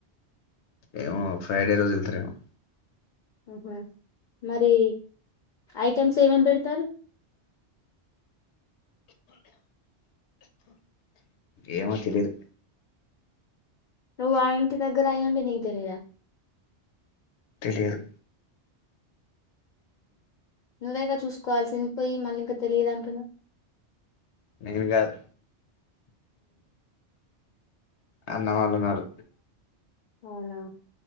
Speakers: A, on the left; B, on the left.
A: ఏమో ఫ్రైడే రోజు వెళ్తారేమో
B: ఆహా మరి ఐటమ్స్ ఏమేమి పెడతారు
A: ఏమో తెలీదు
B: నువ్వు ఆ ఇంటి దగ్గర అయ్యండి నీకు తెలిరా
A: లేదు
B: నువ్వేగా చూసుకోవాల్సింది పోయి మళ్ళీ ఇంకా తెలియదు అంటున్నా
A: నేను కాదు అన్న వాళ్ళు ఉన్నారు
B: అవునా